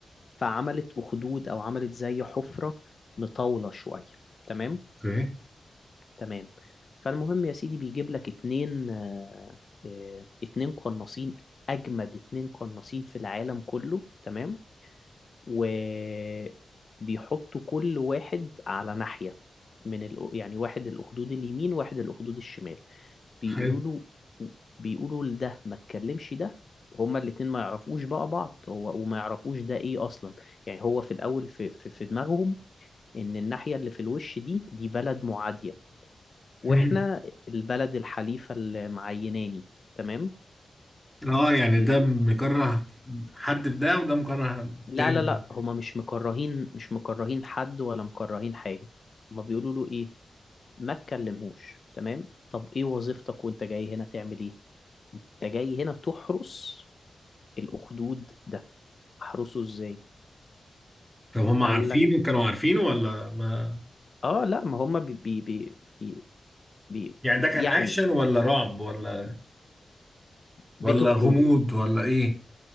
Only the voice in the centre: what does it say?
اوكي
حلو
مم.
اه يعني
ده مكره حد في ده وده مكره
تاني
طب هم عارفينه
كانوا عارفينه ولا ما
يعني ده كان
اكشن ولا رعب ولا
ولا
غموض
ولا ايه؟